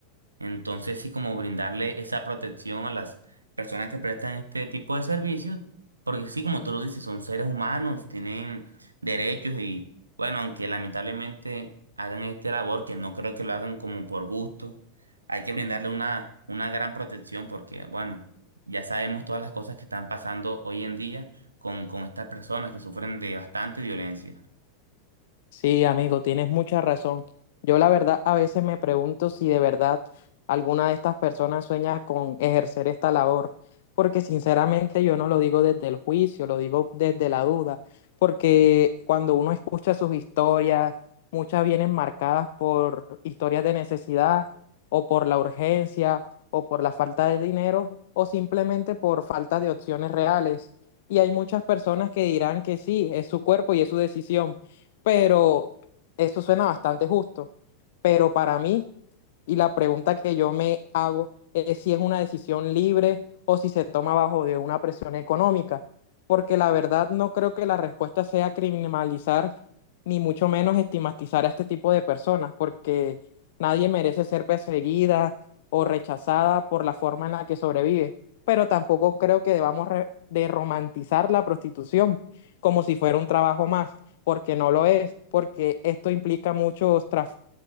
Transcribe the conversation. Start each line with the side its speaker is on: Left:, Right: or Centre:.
Right: Entonces, sí, como brindarle esa protección a las personas que prestan este tipo de servicios, porque sí, como tú lo dices, son seres humanos, tienen derechos y, bueno, aunque lamentablemente hagan esta labor, que no creo que lo hagan como por gusto, hay que brindarle una, una gran protección porque, bueno, ya sabemos todas las cosas que están pasando hoy en día con, con estas personas que sufren de bastante violencia.
Left: Sí, amigo, tienes mucha razón. Yo la verdad a veces me pregunto si de verdad alguna de estas personas sueña con ejercer esta labor, porque sinceramente yo no lo digo desde el juicio, lo digo desde la duda, porque cuando uno escucha sus historias, muchas vienen marcadas por historias de necesidad o por la urgencia o por la falta de dinero o simplemente por falta de opciones reales. Y hay muchas personas que dirán que sí, es su cuerpo y es su decisión pero eso suena bastante justo. Pero para mí, y la pregunta que yo me hago es si es una decisión libre o si se toma bajo de una presión económica. Porque la verdad no creo que la respuesta sea criminalizar ni mucho menos estigmatizar a este tipo de personas, porque nadie merece ser perseguida o rechazada por la forma en la que sobrevive. Pero tampoco creo que debamos re- de romantizar la prostitución como si fuera un trabajo más porque no lo es, porque esto implica muchos, tras-